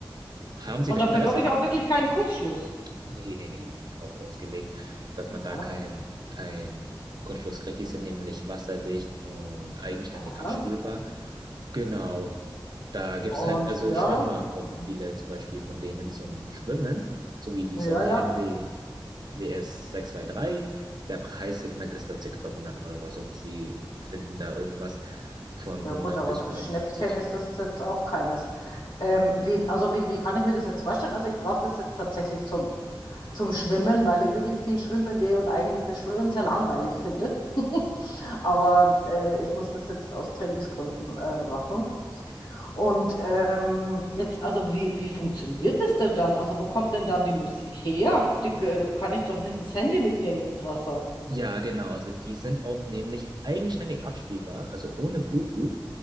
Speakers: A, on the right; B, on the left.
A: haben Sie
B: Und
A: ein Interesse
B: da bekomme
A: dran?
B: ich auch wirklich keinen Kurzschluss.
A: Nee, nee, nee, die sind drauf ausgelegt, dass
B: Aha,
A: man da keinen kein Kurzschluss kriegt. Die sind nämlich wasserdicht und eigenständig
B: aha.
A: abspielbar. Genau. Da gibt's
B: Und
A: halt, also
B: ja,
A: Schwimmer brauchen
B: mhm.
A: viele zum Beispiel von denen zum Schwimmen, so wie die
B: ja,
A: Sony
B: ja.
A: NWS 623. Der Preissegment ist da circa bei 100 Euro, also sie finden da irgendwas von
B: Ja
A: 100
B: gut, aber
A: bis
B: kein
A: 150.
B: Schnäppchen ist das jetzt auch keines. Ähm, wie, also wie, wie kann ich mir das jetzt vorstellen? Also ich brauche das jetzt tatsächlich zum, zum Schwimmen, weil ich wirklich viel schwimmen gehe und eigentlich das Schwimmen sehr langweilig finde. <laughs> Aber äh, ich muss das jetzt aus Trainingsgründen äh, machen. Und ähm, jetzt, also wie, wie funktioniert das denn dann? Also wo kommt denn dann die Musik her? Die, äh, kann ich doch nicht das Handy mitnehmen ins Wasser.
A: Ja, genau. Also die sind auch nämlich eigenständig abspielbar, also ohne Bluetooth,